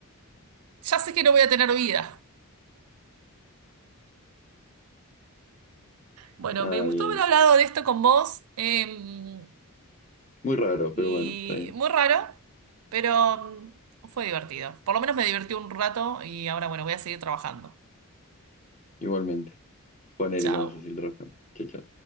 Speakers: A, on the right (about 80°); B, on the left (about 30°).
A: ya sé que no voy a tener vida. Bueno,
B: Ay,
A: me gustó
B: ay.
A: haber hablado de esto con vos. em,
B: Muy raro,
A: y
B: pero bueno, está bien.
A: muy raro, pero mm, fue divertido. Por lo menos me divertí un rato y ahora, bueno, voy a seguir trabajando.
B: Igualmente. Ponele
A: Chao.
B: que vamos a hacer trabajar. Chao, chao.